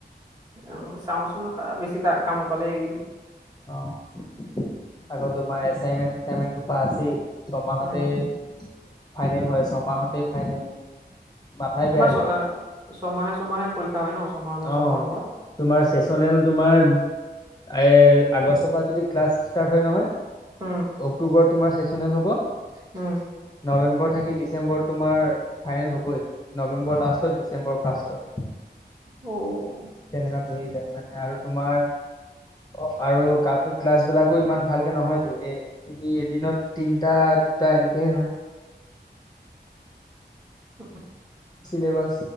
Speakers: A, on the right; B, on the left.
A: অ' চাওঁচোন ৰখা বেছি তা কামোৰ পালে এৰি দিম।
B: অ' আকৌ তোমাৰ এছাইনমেণ্ট ছেছাইনমেন্ট সোপা আছেই। ছয়মাহতে
A: উম
B: ফাইনেল হয়, ছয়মাহতে ফাইনেল। মাথাই বেয়া
A: তোমাৰ
B: হৈ
A: ছ
B: যায়।
A: এ ছমাহে ছমাহে পৰীক্ষা হয় ন? ছমাহ মূৰত
B: অ'।
A: ছমাহ মূৰত?
B: তোমাৰ চেচনেল তোমাৰ এ আগষ্টৰ পৰা যদি ক্লাছ ষ্টাৰ্ট হয় নহয় -
A: উম
B: অক্টোবৰত তোমাৰ চেচনেল হ'ব।
A: উম।
B: নৱেম্বৰ থাকি ডিচেম্বৰত তোমাৰ ফাইনেল হ'বই। নৱেম্বৰ লাষ্টত ডিচেম্বৰ ফাৰ্ষ্টত।
A: অ'।
B: তেনেকাত হৈ যায় মানে আৰু তোমাৰ - অ' আৰু কা ক্লাছ বিলাকো ইমান ভালকে নহয়তো সেয়ে - যদি এদিনত তিনটা দুটা এনেকে হয়।
A: <unintelligible>
B: চিলেবাছ